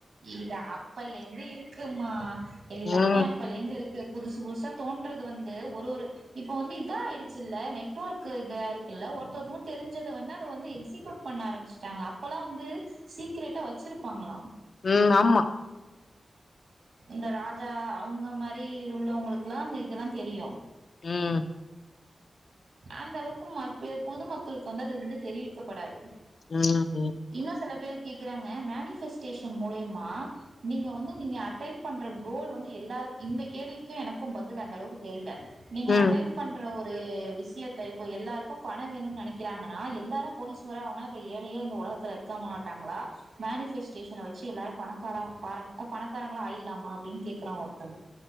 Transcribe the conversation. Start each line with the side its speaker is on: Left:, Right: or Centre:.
Right: இது அப்பல்லேந்து இருக்குமா எல்லாமே
Left: ம்,
Right: அப்பலேந்து இருக்கு பு புதுசு புதுசா தோண்றது வந் து ஒரு ஒரு இப்ப வந்து இதா ஆயிடுச்சுல்ல நெட்வொர்க் இதா இருக்குல்ல ஒருத்தெக்குவங்ளுக்கு தெரிஞ்சத வந் இப்போ வந்து எக்ஸிகியூட் பண்ண ஆரம்பிச்சிட்டாங்க அப்பெல்லா வந்து சீக்ரெடா வெச்சிருப்பாங்களா
Left: ம். ஆமா.
Right: இந்த ராஜா அவங்க மாரி உள்ளவங்களுக்கெல்லா இந்த இதெல்லா தெரியு
Left: ம்
Right: அந்த அளவுக்கு மக்கள் பொதுமக்களுக்கு வந்து அது வந்து தெரிவிக்கப்படாது
Left: ம் ம்
Right: இன்னு சில பேர் கேட்கறாங்க மேனிஸ் ஸ்டேஷன் மூலமா நீங்க வந்து நீங்க அட்டண் பண்ற கோல் வந்து எல்லார் இந்த தேதிக்கு எனக்கு பதில் அந்த அளவுக்கு தெரில நீங்க
Left: ம்.
Right: அட்டண்ட் பண்ற ஒரு அ விஷயத்த இப்ப எல்லாருக்கு பணம் வேணும்னு நெனைக்கிறாங்கன்னா எல்லாரு கோடிசுவர ஆவனுனா அப்ப ஏழைய இந்த ஒலக ஒலகத்தில இருக்க மாட்டாங்களா மேனிபஷ்ட் ஸ்டேஷன்ல வெச்சு எல்லாரு பணக்கார பா பணக்காரங்களா ஆயிறலாமா அப்டின்னு கேக்குறாங்க ஒருத்தரு